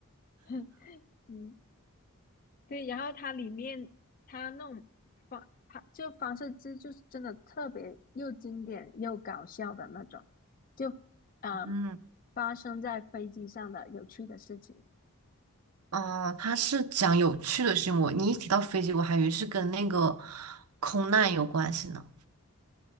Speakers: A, on the left (about 40°); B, on the right (about 80°).
A: <laughs> 嗯。对，然后它里面它那种方它就方式机就是真的特别又经典又搞笑的那种，就嗯、
B: <laughs> 嗯
A: 呃发生在飞机上的有趣的事情，
B: 嗯，它是讲有趣的事情。我你一提到飞机，我还以为是跟那个空难有关系呢。